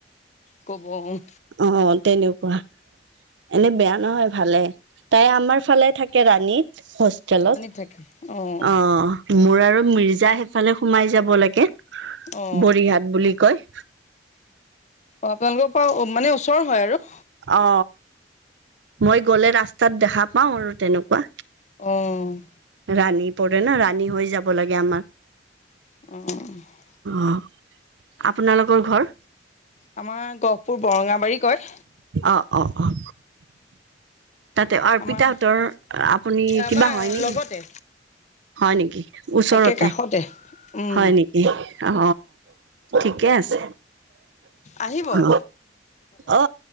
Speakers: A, on the left; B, on the right.
A: ক'ব উম,
B: অ', তেনেকুৱা। এনে বেয়া নহয় ভালে তাই আমাৰ ফালে থাকে ৰাণীত হোষ্টেলত।
A: তাকে অ',
B: অ', মোৰ আৰু মিৰ্জা সেইফালে সোমাই যাব লাগে।
A: অ
B: বৰিহাট বুলি কয়।
A: অ', আপোনালোকৰ পৰা মানে ওচৰ হয় আৰু।
B: অ, মই গলে ৰাস্তাত দেখা পাও আৰু তেনেকুৱা।
A: অ',
B: ৰাণী পৰে ন ৰাণী হৈ যাব লাগে আমাৰ।
A: অ',
B: অ, আপোনালোকৰ ঘৰ?
A: আমাৰ গহপুৰ বৰঙাবাৰী কয়।
B: অ, অ, অ, তাতে অৰ্পিতাহঁতৰ
A: আমাৰ
B: আপুনি
A: আমাৰ
B: কিবা হয় নেকি?
A: লগতে
B: হয় নেকি, ওচৰতে
A: একে কাষতে উম
B: হয় নেকি? অ, ঠিকে আছে।
A: আহিব অঁ
B: অ, অ,